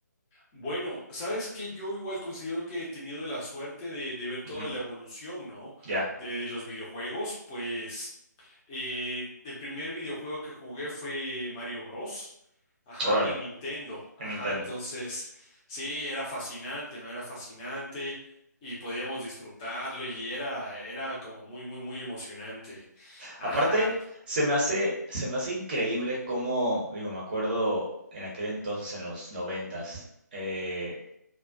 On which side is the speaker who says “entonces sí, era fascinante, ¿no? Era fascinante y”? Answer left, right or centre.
Left